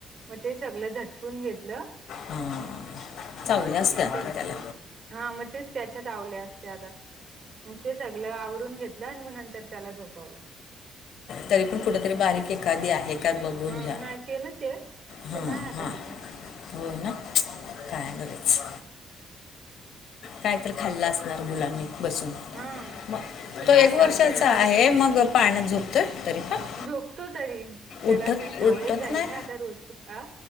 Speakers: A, on the right; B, on the left.
A: मग ते सगळं झटकून घेतलं
B: ह चावल्या असत्या
A: नंतर
B: अगं त्याला.
A: हा मग तेच त्याच्याच चावल्या असत्या आता, मग ते सगळं आवरून घेत ल अन मग नंतर त्याला झोपवलं.
B: तरी पण कुठेतरी बारीक, एखादी आहे का बघून
A: ह
B: घ्या.
A: नाही केलं चेक,
B: हां
A: ते नाही आता
B: हां
A: कुठे.
B: हो ना.
A: बरं.
B: आलेच काय तर खाल्लं असणार मुलांनी बसून.
A: हं.
B: मग
A: ती
B: तो
A: काल
B: एक वर्षाचा
A: नव्हती ना मी
B: आहे
A: घरी.
B: मग पाळण्यात झोपतोय तरी पण
A: झोपतो तरी. त्याला
B: उठत
A: ती सवयच
B: उठत
A: झाली
B: नाही
A: ना आता रोजची. अं?